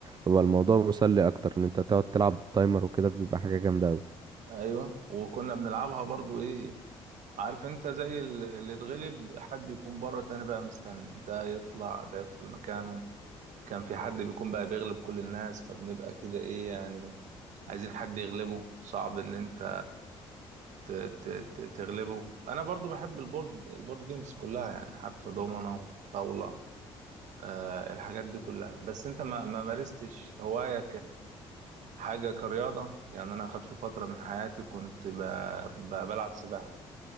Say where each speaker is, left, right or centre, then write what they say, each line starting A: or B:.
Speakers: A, on the right (about 35°); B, on the right (about 65°).
A: بيبقى الموضوع مسلي اكتر ان انت تقعد تلعب بالتايمر وكده بيبقى حاجه جامده قوي
B: ايوه وكنا بنلعبها برضو ايه عارف انت زي ال- اللي اتغلب حد يكون بره تاني بقى مستني ده يطلع ده يدخل مكانه كان في حد بيكون بقى بيغلب كل الناس فبنبقى كده ايه يعني عايزين حد يغلبه صعب ان انت ت- ت- ت- تغلبه انا برضو بحب البورد البورد جيمز كلها يعني حتى دومنة طاولة آه الحاجات دي كلها بس انت ما ما مارستش هواية كحاجة كرياضة يعني انا اخدت فترة من حياتي كنت ب... ب... بلعب سباحة